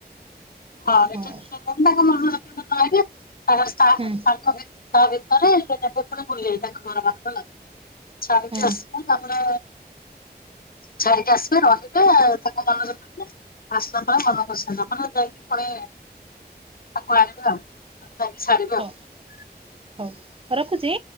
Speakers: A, on the left; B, on the right.
A: ହଁ
B: ହଉ
A: ଏକ୍ଚୁଲି <unintelligible> ତାଙ୍କ ମନ <unintelligible> କାଇଦେ <inaudible> ଷ୍ଟାଫ୍
B: ହୁଁ
A: ତାଙ୍କୁ ବି ତା ଭିତରେ ସେ କେବେ ଥରେ ବୁଲିବେ ତାଙ୍କ ଘର ପାଖ ହେଲା। ଛାଡି଼କି
B: ହୁଁ
A: ଆସିବୁ ତାପରେ ଛାଡି଼କି ଆସିଲେ ରହିବେ ତାଙ୍କ ମନ ଯଦି <unintelligible> ଆସିଲା ପରେ ମନ କରି ସାଇଲା ପରେ ଯାଇକି ଫୁଣି ତାକୁ ଆଣିବେ ଆଉ ତା ଯାଇକି ଛିଡ଼ିବେ
B: ହଉ
A: ଆଉ।
B: ହଉ ରଖୁଚି।